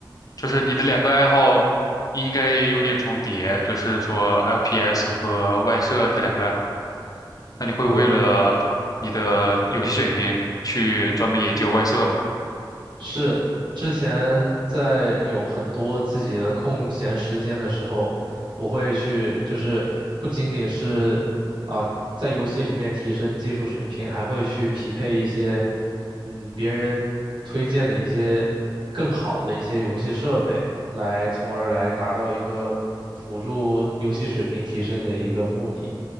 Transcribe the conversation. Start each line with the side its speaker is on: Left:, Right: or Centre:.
Left: 就是你的两个爱好应该有点重叠，就是说 FPS 和外设这两个爱好。那你会为了你的游戏水平去专门研究外设吗？
Right: 对。是之前在有很多自己的空闲时间的时候，我会去，就是不仅仅是啊、在游戏里面提升技术水平，还会去匹配一些嗯别人推荐的一些更好的一些游戏设备，来从而来达到一个辅助游戏水平提升的一个目的。